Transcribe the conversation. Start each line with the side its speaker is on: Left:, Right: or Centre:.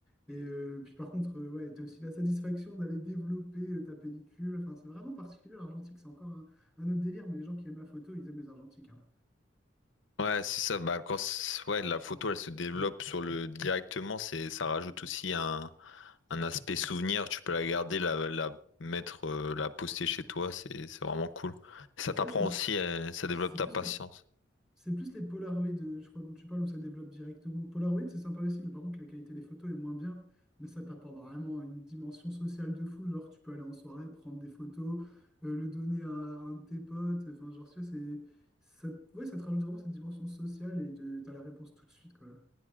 Centre: Et euh, puis, par contre, euh, ouais, tu as aussi la satisfaction d'aller développer euh, ta pellicule. Enfin, c'est vraiment particulier. L'argentique, c'est encore un, un autre délire. Mais les gens qui aiment la photo, ils aiment les argentiques. hein.
Left: Ouais, c'est ça. Bah, quand c- ouais, la photo, elle se développe sur le directement, c'est ça rajoute aussi un, un aspect souvenir. Tu peux la garder, la, la mettre, euh, la poster chez toi. C'est c'est vraiment cool. Ça t'apprend
Centre: Ça, c'est
Left: aussi, euh, ça développe
Centre: c'est
Left: ta
Centre: plus
Left: patience.
Centre: les, c'est plus les Polaroid, euh, je crois, dont tu parles, où ça développe directement. Polaroid, c'est sympa aussi, mais par contre, la qualité des photos est moins bien. Mais ça t'apporte vraiment une dimension sociale de fou. Genre, tu peux aller en soirée, prendre des photos, euh, le donner à, un de tes potes. Enfin, genre, tu vois, c'est, ça, ouais, ça te rajoute vraiment cette dimension sociale et de, t'as la réponse tout de suite, quoi.